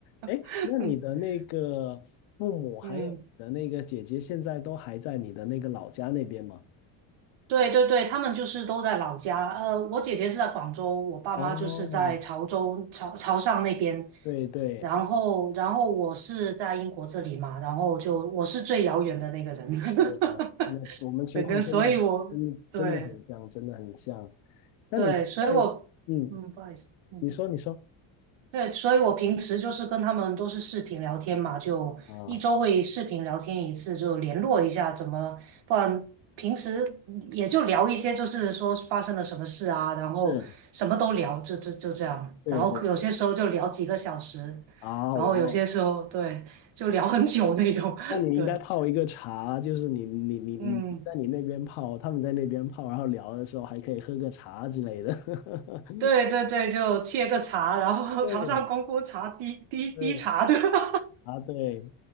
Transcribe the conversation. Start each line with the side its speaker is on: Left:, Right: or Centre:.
Left: 哎，
Right: <laughs>
Left: 那你的那个父母还有你的那个姐姐，
Right: 嗯，
Left: 现在都还在你的那个老家那边吗？
Right: 对对对，他们就是都在老家。呃，我姐姐是在广州，我爸妈就是在潮州、
Left: 哦，
Right: 潮潮汕那边。
Left: 对对，
Right: 然后，
Left: 哦
Right: 然后我是在英国这里嘛，然后就我是最遥远的那个人。
Left: 是的，
Right: <laughs>
Left: 我我们情况真的真的真的很像，
Right: 整个，所以我对
Left: 真的很像。那你在
Right: 对，所以我嗯，
Left: 嗯，
Right: 不好意思，嗯。
Left: 你说你说
Right: 对，所以我平时就是跟他们都是视频聊天嘛，就一周会视频聊天一次，
Left: 啊，
Right: 就联络一下怎么，不然平时也就聊一些，就是说发生了什么事啊，然后什么都聊，
Left: 是，
Right: 就就就这样，
Left: 对对对，
Right: 然后有些时候就聊几个小时，
Left: 啊，
Right: 然后有些时候对，
Left: 哇哦，
Right: 就聊很久那种，
Left: 那你应该泡一个茶，
Right: <laughs> 对，
Left: 就是你你你你在你那边泡，
Right: 嗯，
Left: 他们在那边泡，然后聊的时候还可以喝个茶之类的。<laughs>
Right: 对对对，就切个茶，然后
Left: 对，
Right: <laughs> 早上功夫茶，滴滴滴茶，
Left: 是
Right: 对吧？
Left: 啊，对，